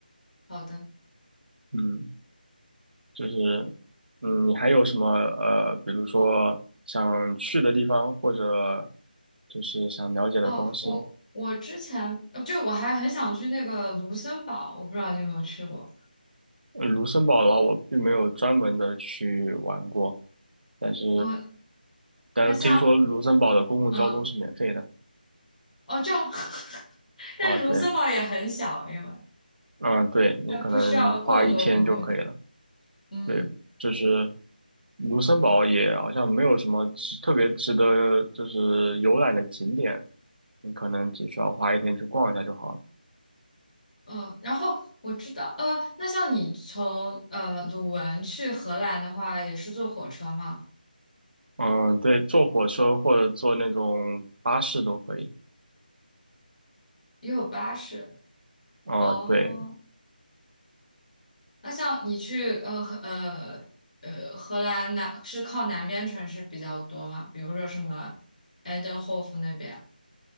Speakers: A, on the left; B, on the right.
A: 好的。
B: 嗯。就是，嗯，你还有什么呃，比如说想去的地方，或者就是想了解的东西？
A: 哦，我我之前呃就我还很想去那个卢森堡，我不知道你有没有去过。
B: 呃卢森堡的话，我并没有专门的去玩过，但是
A: 呃，
B: 但是听说卢森堡的公共交通是免费的
A: 那像嗯哦这样，<laughs> 但是卢森堡也很小，
B: 啊，对，
A: 因为
B: 啊，对，你可能花一天就可以了。
A: 呃不需要过多公共交通。嗯。
B: 对，就是卢森堡也好像没有什么值特别值得就是游览的景点，你可能只需要花一天去逛一下就好了。
A: 嗯，然后我知道，呃，那像你从呃鲁汶去荷兰的话，也是坐火车嘛，
B: 嗯，对，坐火车或者坐那种巴士都可以。
A: 也有巴士。
B: 啊、
A: 哦，
B: 对，
A: 那像你去呃荷呃呃荷兰南是靠南边城市比较多嘛，比如说什么 e i n d h o v 那边，